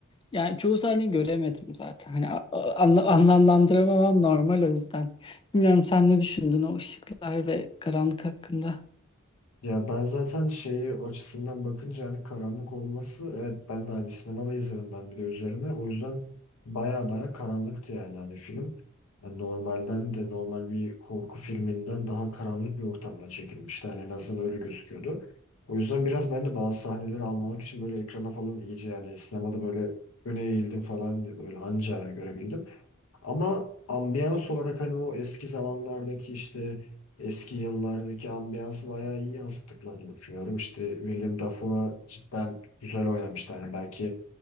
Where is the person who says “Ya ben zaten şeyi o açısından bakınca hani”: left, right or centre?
Left